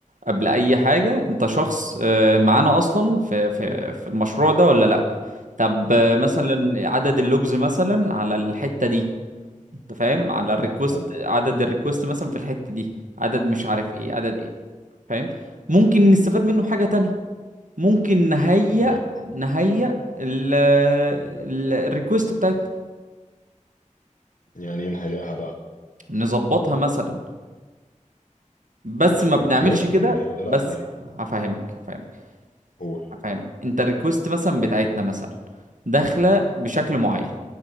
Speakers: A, on the right (about 75°); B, on the left (about 80°).
A: قبل أي حاجة أنت شخص آه، معانا أصلا في في في المشروع ده ولا لأ طب آه، مثلا عدد اللوجز مثلا على الحتة دي أنت فاهم على الريكوست
B: حلو
A: عدد
B: حلو
A: الريكوست مثلا في الحتة دي عدد مش عارف إيه عدد إيه فاهم ممكن نستفاد منه بحاجة تانية ممكن نهيأ
B: زي
A: نهيأ ال- ال- الريكوست بتاعتنا
B: يعني ايه نهيئها بقى
A: نظبطها مثلا بس
B: يعني
A: ما بنعملش
B: م- ماشي
A: كده
B: يعني ايه لا
A: بس
B: يعني
A: هفهمك هفهمك
B: قول
A: هفهمك انت الريكوست مثلا بتاعتنا مثلا داخله بشكل معين